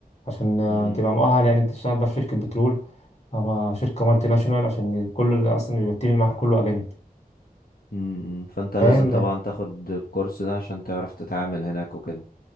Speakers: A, on the left (about 45°); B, on the left (about 70°).
A: عشان آه،
B: امم
A: تبقى مؤهل يعني انت تشتغل بقى في شركه بترول او شركه مالتي ناشونال عشان كل اللي اصلا بيبقى التيم اللي معاك كله اجانب
B: امم فانت لازم
A: فاهم
B: طبعا تاخد الكورس ده عشان تعرف تتعامل هناك وكده